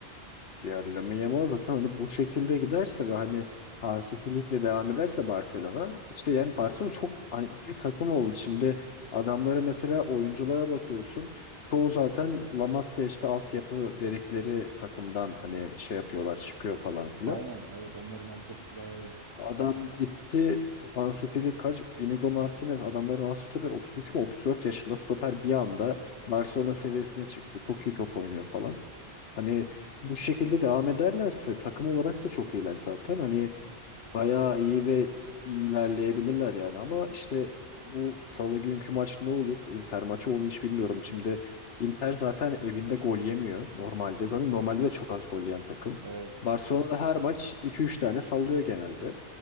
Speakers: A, on the left; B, on the right.
A: Yani Lamine Yamal zaten hani bu şekilde giderse ve hani Hansi Flick'le devam ederse Barcelona işte yani Barcelona çok hani iyi bir takım oldu. Şimdi adamlara mesela oyunculara bakıyorsun. Çoğu zaten La Masia işte altyapı dedikleri takımdan hani şey yapıyorlar çıkıyor falan filan.
B: Aynen evet onların altyapısı bayağı iyi.
A: Adam gitti Hansi Flick kaç? Inigo Martinez adamların as stoper 33 mi 34 yaşında stoper bir anda Barcelona seviyesine çıktı. Çok iyi top oynuyor falan. Hani bu şekilde devam ederlerse takım olarak da çok iyiler zaten. Hani bayağı iyi ve iyi ilerleyebilirler yani ama işte bu salı günkü maç ne olur? Inter maçı onu hiç bilmiyorum. Şimdi Inter zaten evinde gol yemiyor normalde. Zaten normalde de çok az gol yiyen takım.
B: Evet.
A: Barcelona'da her maç iki üç tane sallıyor genelde.